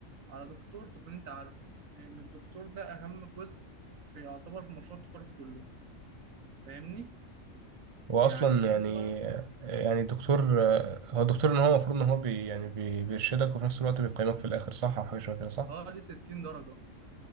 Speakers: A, on the right (about 85°); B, on the right (about 35°).
A: على دكتور تكون انت عارفه لان الدكتور ده اهم جزء في يعتبر في مشروع التخرج كله فاهمني
B: هو
A: يعني
B: اصلا
A: هو
B: يعني يعني الدكتور هو الدكتور ان هو المفروض ان هو بي يعني بي بيرشدك وفي نفس الوقت بيقيمك في الاخر صح او حاجه شبه كده صح
A: اه ليه 60 درجه